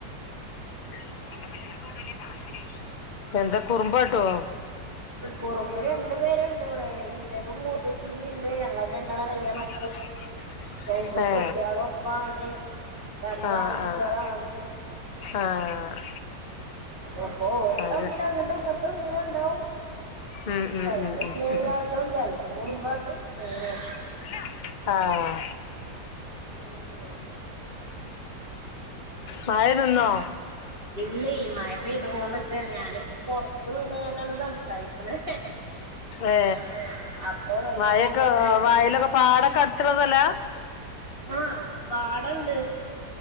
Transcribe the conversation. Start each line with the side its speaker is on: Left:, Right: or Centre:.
Left: <unintelligible> എന്ത കുറുമ്പ്കാട്ടോ.
Right: കുറുമ്പ് രണ്ടു പേരുണ്ട് ഇവിടെ ഇന്റേതും മൂത്തച്ചീന്റിം ഇണ്ട് ഞങ്ങൾടെ രണ്ടാളേം കല്യാണം
Left: <inaudible>
Right: രണ്ടു
Left: ഏ
Right: കുട്ടിയള് ഒപ്പാണ് രണ്ടും
Left: ആഹ്
Right: ആൺകുട്ടിയാളാണ്.
Left: ആഹ് ആഹ്
Right: അപ്പൊ ഓര്തമ്മിലങ്ങട്ടും
Left: അല്
Right: ഇങ്ങട്ടും ഇങ്ങനണ്ടാവും.
Left: ഉം ഉം
Right: ചെൽപ്പ
Left: ഉം ഉം
Right: സ്നേഹങ്കാട്ടും
Left: ഉം
Right: ചെൽപ്പ കുറുമ്പാട്ടും <unintelligible>
Left: അലോ ആഹ്.
Right: <unintelligible>
Left: മഴ നിന്നോ?
Right: ഇല്ലെയ് മഴ പെയ്തോണ്ട് നിക്കാണ് ഞാനിപ്പോ. പൊർത്ത് നിന്ന് കാണ്ടാണ് സംസാരിക്കുന്നത്.
Left: ഏ
Right: ഏഹ് അപ്പൊ റേഞ്ച്
Left: മഴൊക്കെ
Right: അങ്ങോട്ടും ഇങ്ങോട്ടും
Left: <unintelligible> <unintelligible>
Right: ആഹ് പാടണ്ട്.